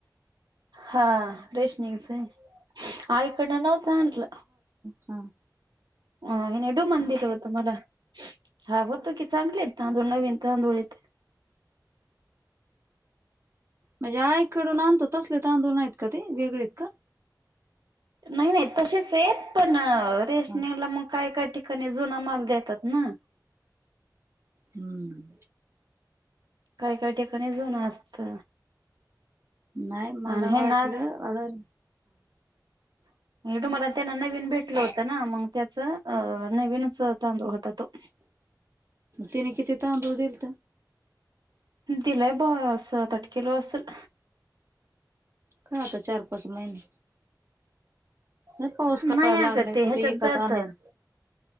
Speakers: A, on the right; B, on the right.
A: हा रेशनिन्गचा, आईकडन नवता आणांलं
B: हां.
A: अ नडुमन <unintelligible> दिल होत मला हा होतं की चांगले तांदूळ नवीन तांदूळ येत
B: म्हणजे आईकडून आणतो तसले तांदूळ नाहीत का ते वेगळे आहेत का?
A: नाही नाही तसेच आहेत पण रेशनिंगला
B: हा
A: मग काय काय ठिकाणी जुना माल देतात ना
B: हम्म.
A: काय काय ठिकाणी जुन असत.
B: नाही मला
A: आणि हे
B: वाटलं
A: ना
B: आडन
A: <inaudible> डू मला त्यांना नवीन भेटलं होतं ना मग, त्याच अ नवीनच तांदूळ होता तो.
B: तिने किती तांदूळ दिलत?
A: दिलाय बा सात आठ किलो असल
B: खा आता चार-पाच महिने लय पाऊस काळा
A: नाही
B: लागलाय
A: अग ते
B: कुठे
A: ह्याच्यात
B: एकात
A: जात.
B: आणायचं